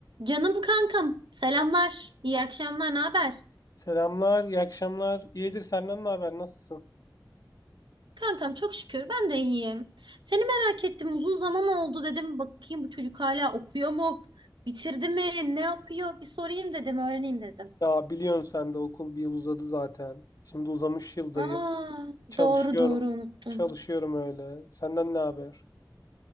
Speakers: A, on the right; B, on the left.
A: Canım kankam, selamlar, iyi akşamlar, ne haber?
B: Selamlar, iyi akşamlar. İyidir senden ne haber? Nasılsın?
A: Kankam çok şükür ben de iyiyim. Seni merak ettim, uzun zaman oldu dedim. Bakayım bu çocuk hala okuyor mu? Bitirdi mi? Ne yapıyor? Bir sorayım dedim, öğreneyim dedim.
B: Ya biliyorsun sen de okul bir yıl uzadı zaten. Şimdi uzamış yıldayım.
A: Aa,
B: Çalışıyorum.
A: doğru doğru unuttum.
B: Çalışıyorum öyle. Senden ne haber?